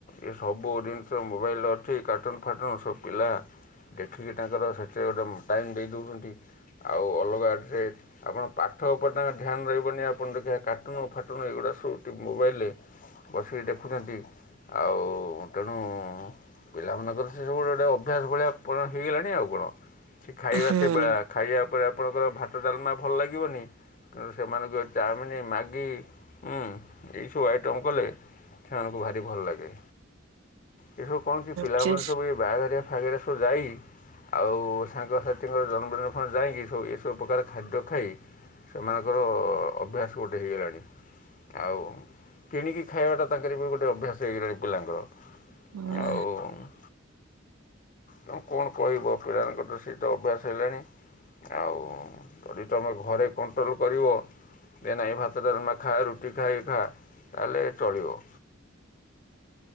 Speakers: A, on the left; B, on the right.
A: ଏ ସବୁ ଜିନିଷ ମୋବାଇଲ ଅଠି କାର୍ଟୁନ୍ ଫାଟୁନ୍ ସବୁ ପିଲା। ଦେଖିକି ତାଙ୍କର ସେଚ ଗୋଟେ। ଟାଇମ୍ ଦେଇ ଦେଉଛନ୍ତି ଆଉ ଅଲଗାେ ଆପଣ ପାଠ ଉପରେ ତାଙ୍କ ଧ୍ୟାନ ରହିବନି ଆପଣ ଦେଖିବା ଫାଟନ ଏଗୁଡ଼ା ସବୁ ମୋବାଇଲରେ ବସିକି ଦେଖୁଛନ୍ତି ଆଉ ତେଣୁ ଗିଲାମନଗର ସେ ସବୁେ ଗୋଟେ ଅଭ୍ୟାସ ଭଳିଆ ହେଇଗଲାଣି ଆଉ କଣ। କିଛି ଖାଇବା
B: ହୁଁ
A: ସେଭଳିଆ
B: ହୁଁ
A: ଖାଇବା ପରେ ଆପଣଙ୍କର ଭାତ ଡାଲମା ଭଲ ଲାଗିବନି ତେଣୁ ସେମାନଙ୍କୁ ଚାଉମିନ ମ୍ୟାଗି ଉଁ ଏଇସବୁ ଆଇଟମ୍ କଲେ। ସେମାନଙ୍କୁ ଭାରି ଭଲ ଲାଗେ। ଏ ସବୁ କଣ କି ପିଲାମାନୋନ
B: ସେ
A: ସବୁ ଏଇ ବାହାଘାରଆ ଫରେ ସବୁ ଯାଇ ଆଉ। ସାଙ୍ଗସାଥିଙ୍କର ଜନ୍ମଦିନପ ଯାଇକି ସବୁ ଏସବୁ ପ୍ରକାର ଖାଦ୍ୟ ଖାଇ। ସେମାନଙ୍କର ଅଭ୍ୟାସ ଗୋଟେ ହେଇଗଲାଣି। ଆଉ କିଣିକି ଖାଇବାଟା ତାଙ୍କର ବି ଗୋଟେ ଅଭ୍ୟାସ ହେଇଗଲାଣି ପିଲାଙ୍କର।
B: ହଁ।
A: ଆଉ ତେଣୁ କଣ କହିବ ପିଲାମାନଙ୍କର ତ ସେ ତ ଅଭ୍ୟାସ ହେଲାଣି। ଆଉ ଯଦି ତମେ ଘରେ କଣ୍ଟ୍ରୋଲ କରିବ। ଦେନାହି ଭାତଟାାରୁମା ଖା ରୁଟି ଖାଇ ଖା ତାହେଲେ ଚଳିବ।